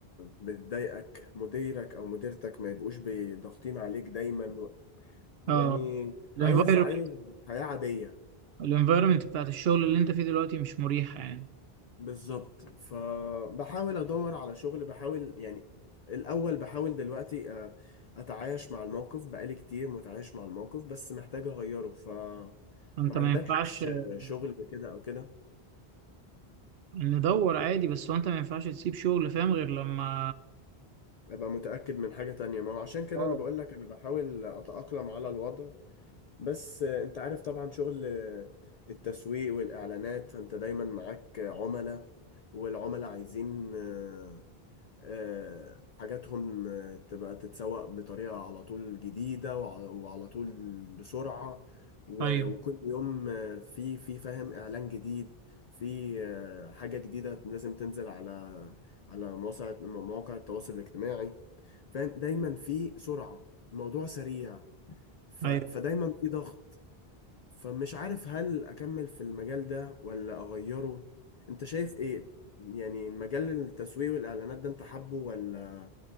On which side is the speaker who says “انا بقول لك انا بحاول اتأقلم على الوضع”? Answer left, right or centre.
Left